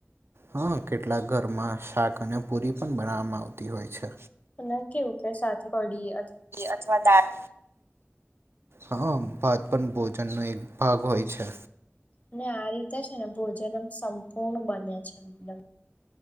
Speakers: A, on the right; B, on the left.
A: હા કેટલાક ઘરમાં શાક અને પુરી પણ બનાવવામાં આવતી હોય છે
B: ના કેવું કે સાથે કડીએ
A: અથવા દાંત હા ભાત પણ ભોજનનો એક ભાગ હોય છે
B: અને આ રીતે છે ને ભોજનમ સંપૂર્ણ બન્યા છેદમ